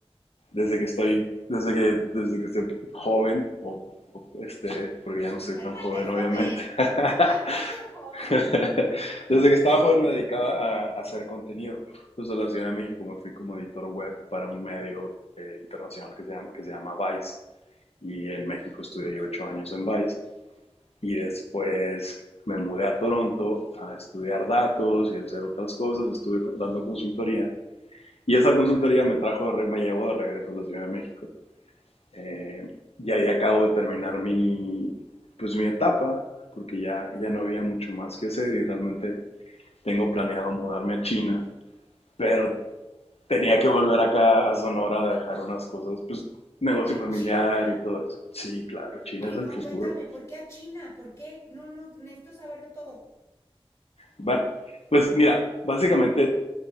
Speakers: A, on the left (about 85°); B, on the left (about 30°).
A: desde que estoy, desde que, desde que estoy joven, o, o, este, porque ya no soy
B: Cálmate,
A: tan joven, obviamente.
B: joven.
A: <laughs>
B: Cálmate, joven.
A: <laughs> Desde que estaba joven me dedicaba a, a hacer contenido. Entonces, a la Ciudad de México me fui como editor web para un medio eh, internacional que se, llama, que se llama Vice. Y en México estudié ocho años en Vice. Y después me mudé a Toronto a estudiar datos y hacer otras cosas. Estuve dando consultoría. Y esa consultoría me trajo, de re- me llevó de regreso a la Ciudad de México. Eh, y ahí acabo de terminar mi, pues mi etapa, porque ya, ya no había mucho más que hacer y realmente tengo planeado mudarme a China, pero tenía que volver acá a Sonora a dejar unas cosas, pues negocio
B: A
A: familiar
B: China.
A: y todo eso. Sí, claro, China
B: Ay,
A: es el
B: no,
A: futuro.
B: cuéntame, ¿por qué a China? ¿Por qué? No, no, necesito saberlo todo.
A: Bueno, pues mira, básicamente